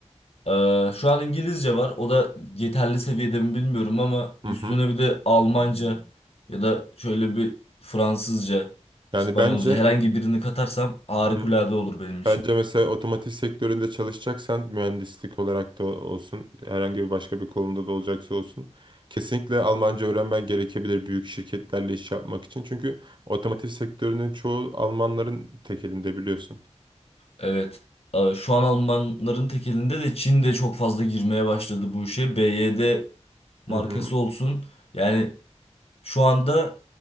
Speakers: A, on the left; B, on the right.
A: Ee, şu an İngilizce var. O da yeterli seviyede mi bilmiyorum ama
B: Hı
A: üstüne
B: hı.
A: bir de Almanca ya da şöyle bir Fransızca,
B: Yani
A: İspanyolca
B: bence
A: herhangi birini katarsam harikulade
B: Hı hı.
A: olur benim için.
B: Bence mesela otomotiv sektöründe çalışacaksan mühendislik olarak da olsun, herhangi bir başka bir konuda da olacaksa olsun kesinlikle Almanca öğrenmen gerekebilir büyük şirketlerle iş yapmak için. Çünkü otomotiv sektörünün çoğu Almanların tek elinde biliyorsun.
A: Evet. Ee, Şu an Almanların tekelinde de Çin de çok fazla girmeye başladı bu işe. BYD markası
B: Hı hı.
A: olsun. Yani şu anda